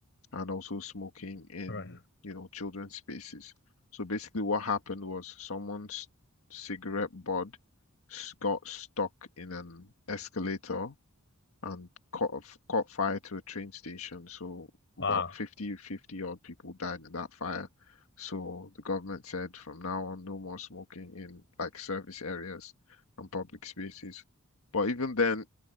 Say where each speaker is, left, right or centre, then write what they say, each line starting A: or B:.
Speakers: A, on the left; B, on the left.
A: and also smoking in,
B: All right.
A: you know, children's spaces. So basically, what happened was someone's cigarette butt s- got stuck in an escalator and caught a f caught fire to a train station. So
B: Wow.
A: about fifty 50 odd people died in that fire. So the government said from now on, no more smoking in like service areas and public spaces. But even then,